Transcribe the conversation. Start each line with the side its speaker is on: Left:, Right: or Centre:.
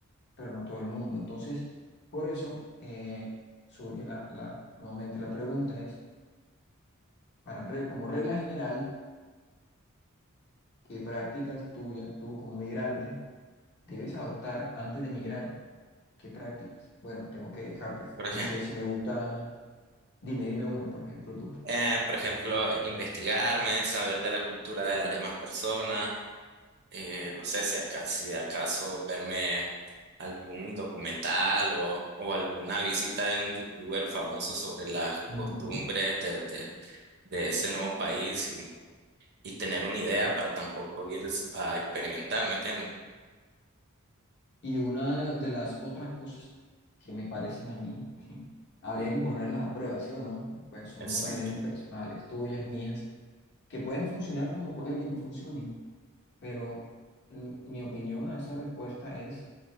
Left: pero no todo el mundo. Entonces, por eso eh, surge la, la- nuevamente la pregunta es, para, re- como regla general, ¿Qué prácticas tuya, tú como migrante, debes adoptar antes de migrar? ¿Qué prácticas? Bueno, tengo que dejarte.
Right: Por
Left: No
Right: ejemplo,
Left: sé si me gusta, dime, dime una, por ejemplo, tú.
Right: eh, por ejemplo, investigarme, saber de la cultura de las demás personas eh, no sé si, aca- si de acaso verme algún documental o, o alguna visita de un youtuber famoso sobre las
Left: Ujú.
Right: costumbres de, de- de ese nuevo país y, y tener una idea para tampoco ir a experimentar, ¿me entiendes?
Left: Y una de las otras cosas que me parecen a mí, <laughs> habría que ponerlas a prueba, ¿sí o no? Porque pues, son
Right: Exacto.
Left: opiniones personales, tuyas, mías, que pueden funcionar como puede que no funcionen, pero mi mi opinión a esa respuesta es,